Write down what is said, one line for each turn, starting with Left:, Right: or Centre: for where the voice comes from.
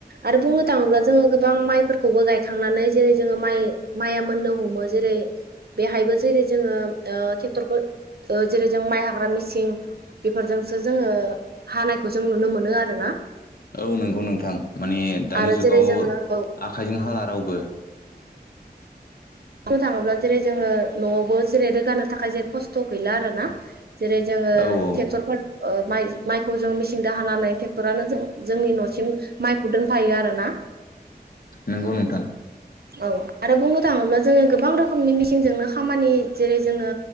Right: आरो बुंनो थाङोब्ला जोङो गोबां माइफोरखौबो गायखांनानै जेरै जोङो माइ माइआ मोननो हमो। जेरै बेहायबो जेरै जोङो ओ टेक्टरखौ ओ जेरै जों माइ हाग्रा मिसिं बेफोरजोंसो जोङो हानायखौ जों नुनो मोनो आरोना।
Left: औ नंगौ नोंथां। माने दानि
Right: आरो
Left: जुगाव
Right: जेरै जोङो औ
Left: आखाइजों हाला रावबो।
Right: <inaudible> थाङोब्ला जेरै जोङो न'आवबो जेरै रोगानो थाखाय जे खस्थ' गैला आरोना जेरै जोङो
Left: औ औ
Right: टेक्टरफोर ओ माइ-माइखौ जों मिचिंदो हानानै ट्रेक्टरानो जों जोंनि न'सिम माइखौ दोनफायो आरोना।
Left: नंगौ नोंथां
Right: औ आरो बुंनो थाङोब्ला जोङो गोबां रोखोमनि मिचिंजोंनो खामानि जेरै जोङो